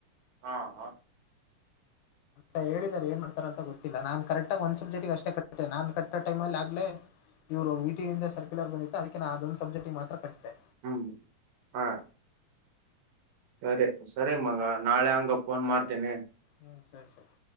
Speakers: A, on the right; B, on the left.
A: ಹಾ ಹ
B: ಅ ಹೇಳಿದಿದ್ದಾರೆ ಏನ್ ಮಾಡ್ತಾರ ಅಂತ ಗೊತ್ತಿಲ್ಲ ನಾನ್ ಕರೆಕ್ಟಾಗಿ ಒಂದ್ ಸಬ್ಜೆಟಟ್ಗ ಅಷ್ಟ ಕಟ್ಟೆ ನಾನನ್ ಕಟ್ಟ ಟೈಮ್ಲ್ಲಿ ಆಗ್ೇ ಇವರು ವಿ ಟಿಯಂದ ಸರ್ಕ್ಯುಲರ್ ಬಂದಿತ್ತ ಅದಕ್ಕೆ ನ ಅದೊಂದ ಸಬ್ಜೆಟ್ ಮಾತ್ರ ಕಟ್ಟತೆೆ
A: ಹ್ಮ್ ಹ ಸರಿ ಸರಿ ಮಗ ನಾಳೆ ಹಂಗ ಫೋನ್ ಮಾಡ್ತೇನಿ
B: ಹ್ಮ್ ಸರಿ ಸರಿ